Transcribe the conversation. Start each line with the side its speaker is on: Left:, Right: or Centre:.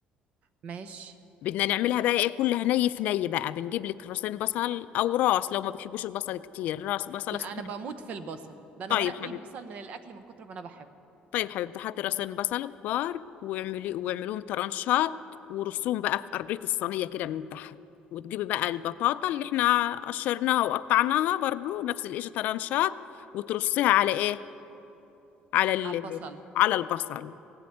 Right: ماشي
Left: بدنا نعملها بقى ايه كلها ني في ني بقى بنجيب لك راسين بصل أو راس لو ما بتحبوش البصل كتير راس بصلة
Right: لا
Left: سخنة
Right: أنا
Left: <laughs>
Right: بموت في البصل ده أنا
Left: طيب
Right: بنقي
Left: حبيبتي
Right: البصل من الأكل من كتر ما أنا بحبه
Left: طيب حبيبتي حطي راسين بصل كبار واعملي واعمليهم طرنشات ورصوهم بقى في قرية الصينية كده من تحت وتجيبي بقى البطاطا اللي احنا قشرناها وقطعناها برضو نفس الاشي طرنشات وترصيها على ايه على ال...
Right: على البصل
Left: على البصل